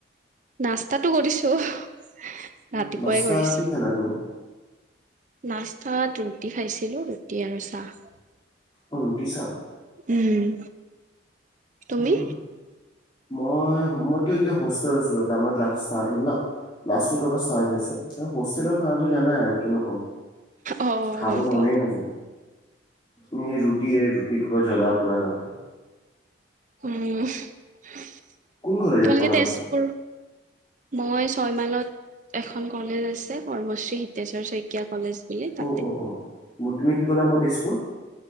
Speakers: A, on the right; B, on the left.
A: নাস্তাটো কৰিছো। ৰাতিপুৱাই
B: নাস্তা
A: কৰিছো
B: কি খালা তুমি?
A: নাস্তাত ৰুটি খাইছিলো ৰুটি আৰু চাহ
B: অ ৰুটি চাহ
A: উম তুমি
B: উম, মই মইতো এতিয়া হোষ্টেল আছিলো আমাৰ ক্লাছ ষ্টাৰ্ট হ'ল না লাষ্ট উইকৰ পৰা ষ্টাৰ্ট হৈছে হোষ্টেলৰ খটো জানাই আৰু কিনো কম
A: অ
B: খাব
A: গম
B: মনেই
A: পাও
B: নাযায়। উম ৰুটি এই ৰুটি খোৱা জ্বলা পোৰা এটা দে।
A: উম তোমালোকে
B: কোন কলেজত পঢ়া
A: তেজপুৰ
B: পিছে?
A: মই। ছয়মাইলত এখন কলেজ আছে কৰ্মশ্ৰী হিতেশ্বৰ শইকীয়া কলেজ। বুলি তাতে।
B: অ অ অ ম তুমি কি ক'লা মই তেজপুৰ।